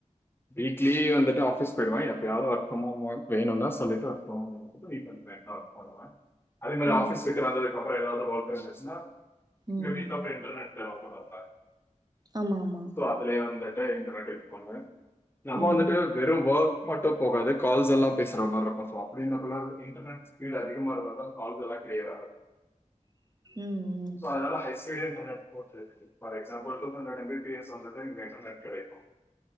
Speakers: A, on the left (about 15°); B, on the right (about 30°).
A: வீக்லி வந்துட்டு ஆஃபீஸ் போய்ருவே எப்பயாவ்து ஒர்க் ஃப்ரம் ஹோம் ஒர்க் வேணுனா சொல்லிட்டு ஒர்க் பண்ண வெண்டியதா வீட்லருந்து லைட்டா ஒர்க் பண்ணுவ அதே மாரி
B: ஓ
A: ஆஃபிஸ் விட்டு வந்ததுக்கப்பற எதாவ்து ஒர்க் வந்துச்சுன்னாங்க
B: ம்
A: உங்க வீட் அப்ப இன்டர்னெட் தேவப்படுல்ல
B: ஆமா ஆமா
A: அதுலயே வந்துட்டு இன்டர்நெட் யூஸ் பண்ணுவே நம்ம
B: ம்
A: வந்துட்டு வெறு வொர்க் மட்டு போகாது கால்ஸ் எல்லா பேசுற மார்ருக்கு சோ அப்டி இனபிள்ளா இருக்கே இன்டர்நெட் ஸ்பீடு அதிகமா இருந்தா தா கால்ஸ் எல்லா கிளியராகு
B: ம் ம்
A: சோ அதனால எஸ்டர்டே நானே போட்ருவே கண்டிப்பா example two hundred M B ஃப்ரீயாஸ் வந்ததுதா இங்க இன்டர்நெட் கெடைக்கு